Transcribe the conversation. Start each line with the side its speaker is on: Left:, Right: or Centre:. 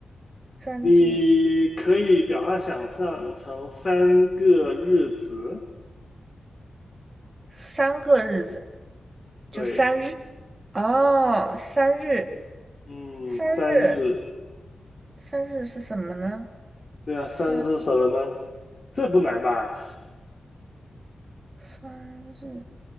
Right: 三地，
Left: 你可以把它想象成三个日子，
Right: 三个日子，就三日。
Left: 对，
Right: 哦，三日，
Left: 嗯，
Right: 三日，
Left: 三日，
Right: 三日是什么呢？
Left: 对啊，
Right: 三
Left: 三日是什么呢？这不难吧？
Right: 三日，